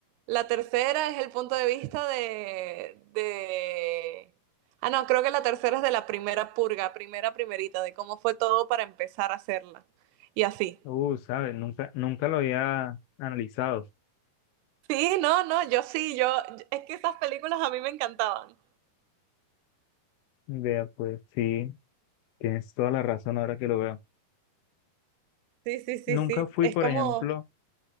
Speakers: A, on the right; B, on the left.
A: la tercera es el punto de vista de, de... Ah, no, creo que la tercera es de la primera purga, primera primerita, de cómo fue todo para empezar a hacerla. Y así.
B: uh, ¿sabes? Nunca, nunca lo había analizado.
A: Sí, no, no, yo sí, yo... Es que esas películas a mí me encantaban.
B: Vea, pues sí, tienes toda la razón ahora que lo veo.
A: Sí, sí, sí,
B: Nunca
A: sí.
B: fui,
A: Es
B: por
A: como...
B: ejemplo,